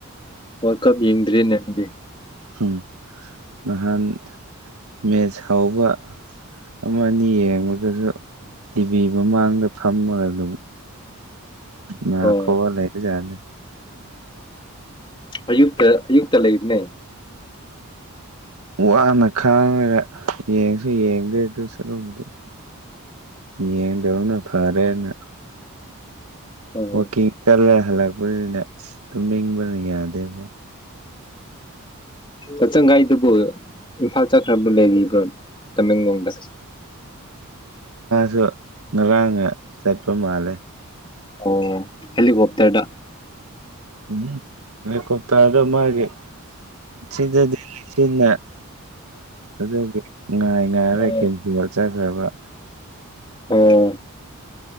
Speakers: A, on the left; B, on the right.
A: ꯋꯥꯜ ꯀꯞ ꯌꯦꯡꯗ꯭ꯔꯦꯅꯦ ꯑꯗꯨꯗꯤ
B: ꯎꯝ ꯅꯍꯥꯟ ꯃꯦꯆ ꯍꯧꯎꯕ ꯑꯃ ꯑꯅꯤ ꯌꯦꯡꯕꯗꯁꯨ ꯇꯤꯚꯤ ꯃꯃꯥꯡꯗ ꯐꯝꯃꯒ ꯑꯗꯨꯝ ꯅꯥ
A: ꯑꯣ
B: ꯈꯣꯛꯑ ꯂꯩꯕ ꯖꯥꯠꯅꯤ
A: ꯑꯌꯨꯛꯇ ꯑꯌꯨꯛꯇ ꯂꯩꯕꯅꯦ
B: ꯋꯥꯅ ꯈꯥꯡꯉꯒ ꯌꯦꯡꯁꯨ ꯌꯦꯡꯗꯦ ꯑꯗꯨ ꯁꯔꯨꯛꯄꯨꯗꯤ ꯌꯦꯡꯗꯕꯅ ꯐꯔꯦꯅ
A: ꯑꯣ
B: ꯋꯥꯀꯤꯡ ꯆꯠꯂꯦ ꯍꯜꯂꯛꯄꯅꯤꯅ ꯑꯁ ꯇꯨꯝꯅꯤꯡꯕꯅ ꯌꯥꯗꯦꯕ
A: ꯀꯆꯪꯒꯥꯏꯗꯨꯕꯨ ꯏꯝꯐꯥꯜ ꯆꯠꯈ꯭ꯔꯕꯔꯥ ꯂꯩꯔꯤꯕꯔꯣ ꯇꯃꯦꯡꯂꯣꯡꯗ
B: ꯁꯨ ꯉꯔꯥꯡꯅ ꯆꯠꯄ ꯃꯥꯜꯂꯦ
A: ꯑꯣ ꯍꯦꯂꯤꯀꯣꯞꯇꯔꯗ
B: ꯎꯝ ꯍꯦꯂꯤꯀꯣꯞꯇꯔꯗ ꯃꯥꯒꯤ ꯁꯤꯗꯗꯤ ꯂꯤꯁꯤꯡ ꯑꯗꯨꯗꯤ ꯉꯥꯏ ꯉꯥꯏꯔꯔꯣꯏ
A: ꯑꯣ
B: ꯀꯦꯟꯇꯤꯟ ꯍꯥꯏꯕ
A: ꯑꯣ